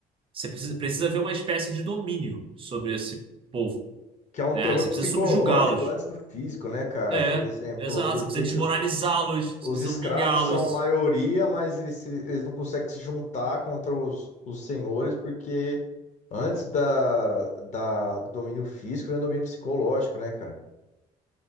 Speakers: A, on the right; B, on the left.
A: Você precisa, precisa ver uma espécie de domínio sobre esse povo,
B: que é um
A: né?
B: terror
A: Você
B: psicológico
A: precisa subjugá-los.
B: antes do físico, né, cara?
A: É,
B: Por exemplo,
A: exato.
B: por
A: Você
B: que
A: precisa desmoralizá-los,
B: que os
A: você
B: Os
A: precisa
B: escravos
A: humilhá-los.
B: são maioria, mas eles, se- eles não conseguem se juntar contra os, os senhores, porque antes da, da do domínio físico vem o domínio psicológico, né, cara?